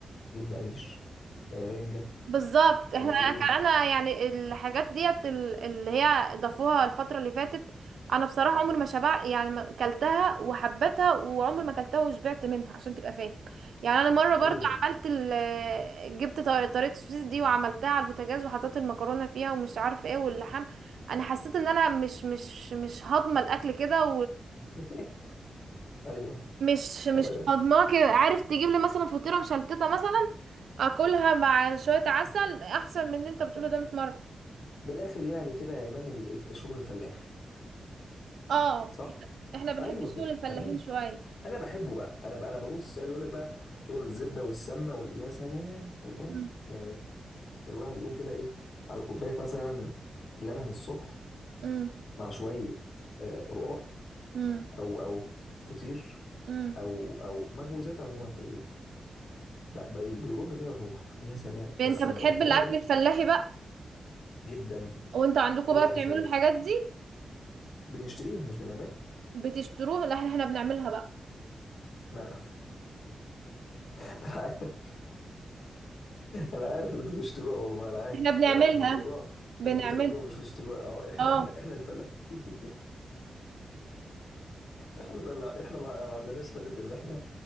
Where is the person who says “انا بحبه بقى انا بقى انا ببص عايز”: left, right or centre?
Left